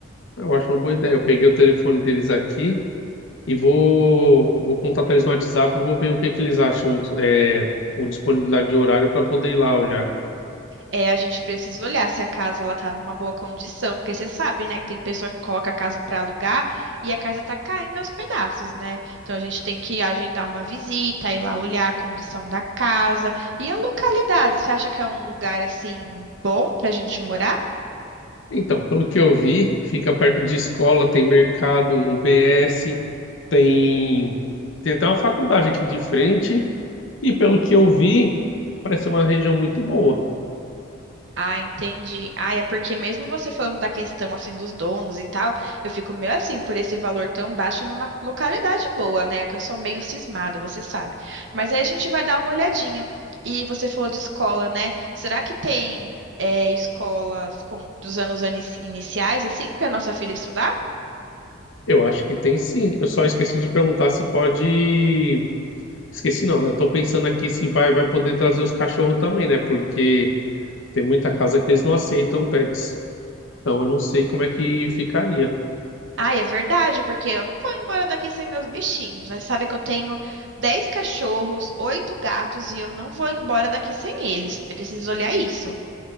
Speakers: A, on the left; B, on the right.
A: Eu acho uma boa ideia. Eu peguei o telefone deles aqui e vou vou contatar eles no WhatsApp e vou ver o que que eles acham é, o disponibilidade de horário para poder ir lá olhar.
B: É, a gente precisa olhar se a casa ela tá numa boa condição, porque você sabe, né, que tem pessoa que coloca a casa para alugar e a casa tá caindo aos pedaços, né? Então a gente tem que agendar uma visita, ir lá olhar a condição da casa e a localidade. Você acha que é um lugar assim bom pra gente morar?
A: Então, pelo que eu vi, fica perto de escola, tem mercado, UBS, tem tem até uma faculdade aqui de frente e pelo que eu vi, parece uma região muito boa.
B: Ah, entendi. Ah, é porque mesmo você falando da questão assim dos donos e tal, eu fico meio assim por esse valor tão baixo numa localidade boa, né? Que eu sou meio cismada, você sabe. Mas aí a gente vai dar uma olhadinha. E você falou de escola, né? Será que tem é, escolas com dos anos ani- iniciais assim para nossa filha estudar?
A: Eu acho que tem sim. Eu só esqueci de perguntar se pode Esqueci não, né? Tô pensando aqui se vai, vai poder trazer os cachorros também, né? Porque tem muita casa que eles não aceitam pets. Então eu não sei como é que ficaria.
B: Ah, é verdade, porque eu não vou embora daqui sem meus bichinhos, né? Sabe que eu tenho 10 cachorros, oito gatos e eu não vou embora daqui sem eles. Preciso olhar isso.